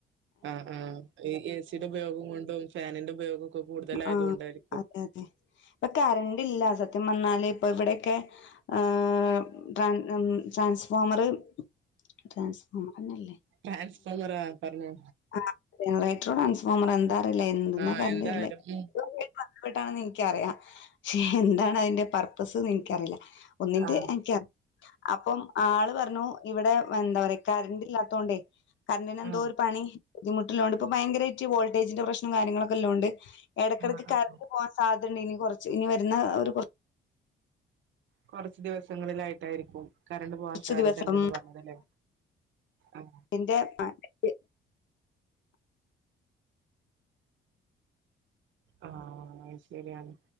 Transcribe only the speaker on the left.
ആഹ്
അതെ അതെ ഇപ്പൊ കെരണ്ടില്ല സത്യം പറഞ്ഞാല് ഇപ്പൊ ഇവിടേക്കെ ആഹ് ട്രാൻ ഉം ട്രാൻസ്ഫോമർ ട്രാൻസ്ഫോമറന്നല്ലേ
ആ ജെനറേറ്ററോ ട്രാൻസ്ഫോമറോ എന്താ അറില്ല എന്തന്നാ
കര്ണ്ടര്ല്
ബന്ധപ്പെട്ടാണെന്ന് ഇൻക്കറിയാം. പക്ഷെ എന്താണതിന്റെ പർപ്പസ്ന്ന് ഇൻക്കറില ഒന്നിന്റെ
എനിക്കറിയാം അപ്പം ആള് പറഞ്ഞു ഇവിടെ എന്താ പറയാ കറണ്ട് ഇല്ലാത്തോണ്ടേ കറണ്ടറിന് എന്തോ
ഒരു പണി ബുദ്ധിമുട്ടള്ളോണ്ട് ഇപ്പോ ഭയങ്കരമായിട്ട് വോൾട്ടേജിന്റെ പ്രശ്നം കാര്യങ്ങളൊക്കെള്ളോണ്ട് എടക്കെടക്ക്
കറണ്ട് പോവാൻ സാധ്യതയിണ്ട് ഇനി കുറച്ച് ഇനി വരുന്ന ഒരു കൊർ
കുറച്ച്
ദിവസം
എന്റെ <unintelligible>